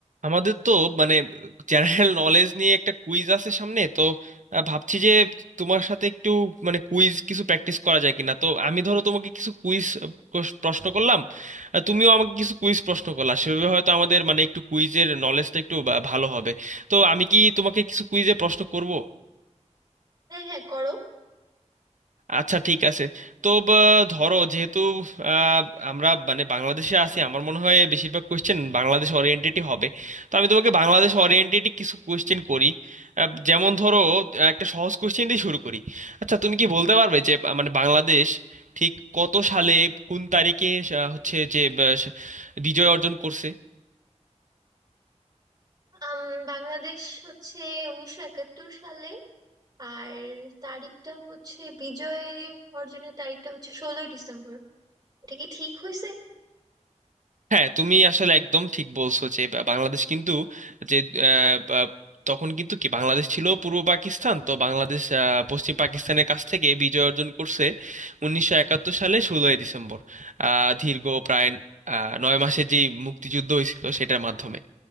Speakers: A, on the right; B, on the right.
A: আমাদের তো মানে জেনারেল নলেজ নিয়ে একটা কুইজ আছে সামনে তো আহ, ভাবছি যে তোমার সাথে একটু মানে কুইজ কিছু প্র্যাকটিস করা যায় কিনা তো আমি ধরো তোমাকে কিছু কুইজ প্রশ্ন করলাম আর তুমিও আমাকে কিছু কুইজ প্রশ্ন করলা সেভাবে হয়তো আমাদের মানে একটু কুইজের নলেজটা একটু বা- ভালো হবে তো আমি কি তোমাকে কিছু কুইজে প্রশ্ন করব
B: হ্যাঁ হ্যাঁ করো
A: আচ্ছা ঠিক আছে তো ব, ধরো যেহেতু আহ, আমরা মানে বাংলাদেশে আছি আমার মনে হয় বেশিরভাগ কোয়েশ্চেন বাংলাদেশ ওরিয়েন্টেডই হবে তো আমি তোমাকে বাংলাদেশ ওরিয়েন্টেডই কিছু কোয়েশ্চেন করি আহ, যেমন ধরো আহ, একটা সহজ কোয়েশ্চেন দিয়ে শুরু করি আচ্ছা তুমি কি বলতে পারবে যে আহ, মানে বাংলাদেশ ঠিক কত সালে কোন তারিখে আহ, হচ্ছে যে আহ, বিজয় অর্জন করছে
B: আম, বাংলাদেশ হচ্ছে উনিশশো একাত্তর সালে আর তারিখটা হচ্ছে বিজয় অর্জনের তারিখটা হচ্ছে ষোলোই ডিসেম্বর এটা কি ঠিক হয়েছে
A: হ্যাঁ তুমি আসলে একদম ঠিক বলছো যে বা- বাংলাদেশ কিন্তু যে আহ, বা- তখন কিন্তু কি বাংলাদেশ ছিল পূর্ব পাকিস্তান তো বাংলাদেশ আহ, পশ্চিম পাকিস্তানের কাছ থেকে বিজয় অর্জন করছে উনিশশো একাত্তর সালে ষোলোই ডিসেম্বর আহ, দীর্ঘ প্রায় আহ, নয় মাসের যে মুক্তিযুদ্ধ হয়েছিল সেটার মাধ্যমে